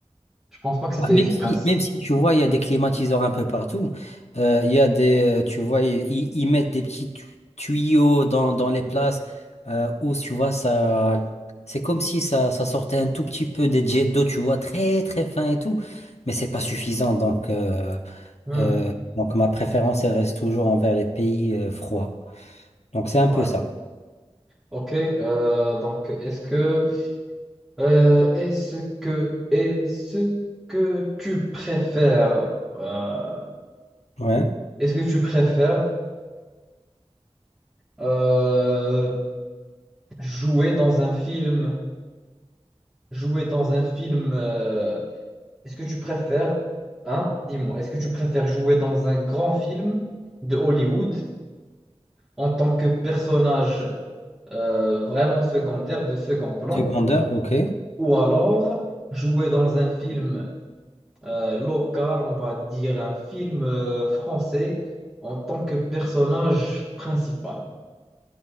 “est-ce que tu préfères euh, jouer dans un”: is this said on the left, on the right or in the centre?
Centre